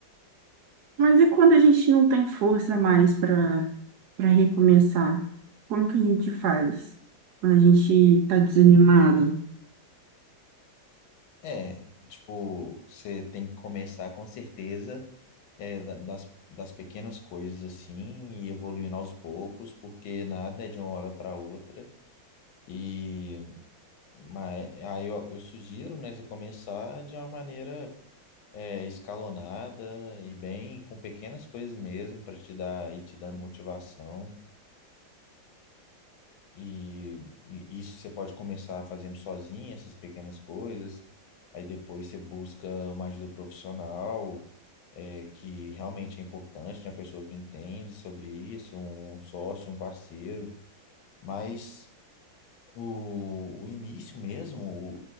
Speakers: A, on the right; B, on the left.
A: Mas e quando a gente não tem força mais para para recomeçar? Como que a gente faz quando a gente tá desanimado?
B: É, tipo, você tem que começar com certeza é, da- das, das pequenas coisas assim e evoluindo aos poucos, porque nada é de uma hora para outra. E mas, aí eu, eu sugiro, né, você começar de uma maneira é, escalonada e bem com pequenas coisas mesmo para te dar e te dando motivação. E, e isso você pode começar fazendo sozinho, essas pequenas coisas. Aí depois você busca uma ajuda profissional, é, que realmente é importante, uma pessoa que entende sobre isso, um sócio, um parceiro. Mas o, o início mesmo, o-